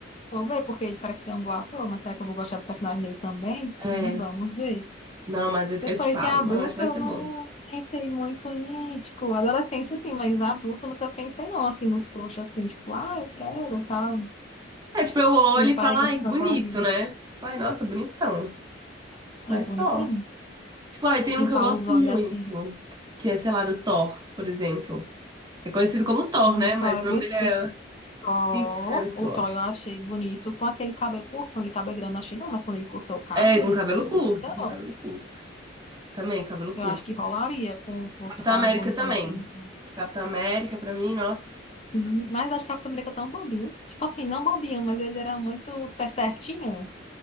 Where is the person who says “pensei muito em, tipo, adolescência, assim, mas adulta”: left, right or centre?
Left